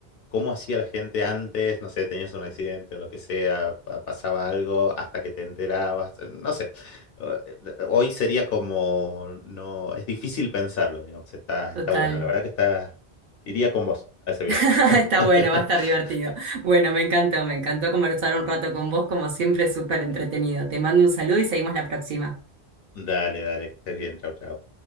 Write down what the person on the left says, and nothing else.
cómo hacía la gente antes, no sé, tenías un accidente o lo que sea, pa- pasaba algo hasta que te enterabas, eh, no sé. Eh, Hoy sería como, no, es difícil pensarlo, digamos, está,
está bueno, la verdad que está, iría con vos a ese viaje.
<laughs>
Dale, dale, que estés bien, chau, chau.